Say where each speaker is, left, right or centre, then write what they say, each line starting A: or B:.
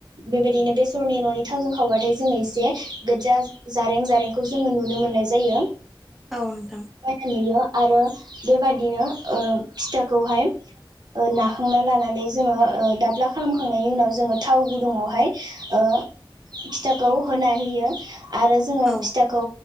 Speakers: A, on the right (about 55°); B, in the centre.
A: बेबायदिनो बेसरनि न'नि थावजों खावबाथाय जोङो एसे गोज्जा जारें जारें खौ जोङो नुनो मोननाय जायो
B: औ नोंथां
A: मायना नुयो आरो बेबादिनो ओ फिथाखौहाय ओ नाखांना लानानै जोङो ओ दाब्ला खालामखांनायनि उनाव जोङो थाव गुदुङावहाय ओ फिथाखौ होना होयो आरो जोङो
B: औ
A: फिथाखौ